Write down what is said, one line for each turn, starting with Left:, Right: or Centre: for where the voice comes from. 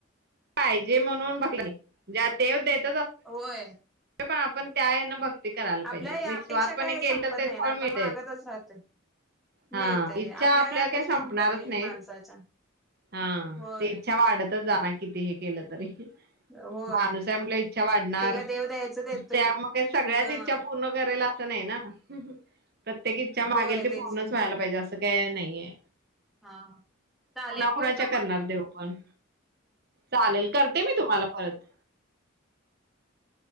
Right: पाहिजे म्हणून <unintelligible> ज्या देव देत
Centre: होय.
Right: पण आपण त्या हना भक्ती करायला पाहिजे,
Centre: आपल्या या
Right: निस्वारपणे
Centre: अपेक्षा काय
Right: केल
Centre: संपत
Right: तर ते
Centre: नाहीत
Right: फळ
Centre: आपण
Right: मिळते,
Centre: मागतच राहतोय.
Right: हा
Centre: मिळतय
Right: इच्छा आपल्या
Centre: काय अपेक्षा
Right: काही संपणारच
Centre: संपत नाही
Right: नाहीत
Centre: माणसाच्या.
Right: हा,
Centre: होय.
Right: ते इच्छा वाढत जा किती हे <unintelligible> केलं तरी
Centre: होय
Right: माणूस आहे म्हटल्यावर इच्छा वाढणार.
Centre: ते काय देव द्यायचं देतोय.
Right: त्यामध्येग सगळ्याच
Centre: हा.
Right: इच्छा पूर्ण करायला. नाही ना. प्रत्येक इच्छा मागेल
Centre: होय
Right: ती पूर्णच
Centre: तेच
Right: व्हायला पाहिजे असं काही नाहीये.
Centre: हा चालेल,
Right: कुणाकुणाच्या
Centre: ठेऊ का
Right: करणार
Centre: मग?
Right: देव पण. चालेल, करते मी तुम्हाला परत.